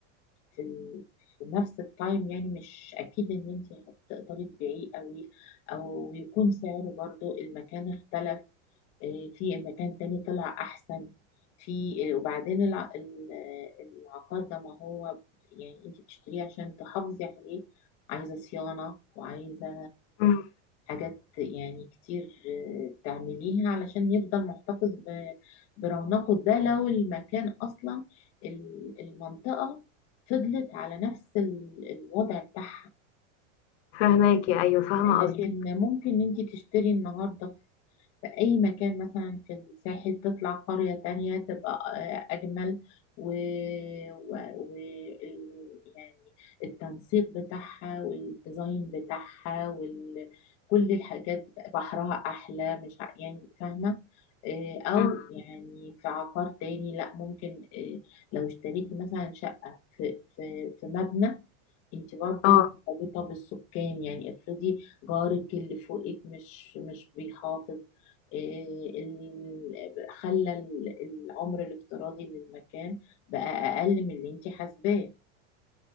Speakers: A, on the left; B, on the left.
A: في ال- في نفس التايم يعني مش اكيد ان انت هتقدري تبيعيه قوي او يكون سعره برضو المكان اختلف آه، في مكان تاني طلع احسن في آه، وبعدين الع- ال- آه، العقار ده ما هو يعني انت بتشتريه عشان تحافظي عليه عايزة صيانة وعايزة
B: مم.
A: حاجات يعني كتير آه، تعمليها علشان يفضل محتفظ ب- برونقه ده لو المكان أصلا ال- المنطقة فضلت على نفس ال- الوضع بتاعها
B: فهماكي ايوه فاهمه
A: لكن
B: قصدك
A: ممكن انت تشتري النهارده في أي مكان مثلا في الساحل تطلع قرية تانية تبقى آه، أجمل و... و... و... ال- يعني التنسيق بتاعها والديزاين بتاعها وال... كل الحاجات بتا- بحرها أحلى مش ع- يعني فاهمة آه، أو
B: مم.
A: يعني في عقار تاني لأ ممكن آه، لو اشتريت مثلا شقة في في في مبنى انت برضو
B: اه
A: مرتبطة بالسكان يعني افرضي جارك اللي فوقك مش مش بيحافظ إيه ال- خلى ال- العمر الافتراضي للمكان بقى اقل من اللي انت حاسباه